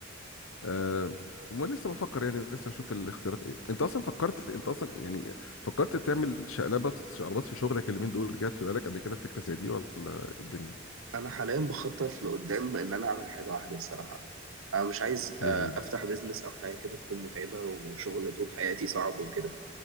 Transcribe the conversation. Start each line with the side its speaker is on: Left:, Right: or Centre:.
Left: آه ولسه بفكر يعني لسه اشوف الاختيارات ايه انت اصلا فكرت انت اصلا يعني فكرت تعمل شقلبات شقلبات في شغلك اليومين دول جات في بالك قبل كده فكره زي دي ولا إيه الدنيا
Right: انا حاليا بخطط لقدام ان انا اعمل حاجة واحدة الصراحة انا مش عايز
Left: ليه
Right: آه،
Left: هي؟
Right: افتح بيزنس او حاجة كده تكون متعبة وشغل طول حياتي صعب وكده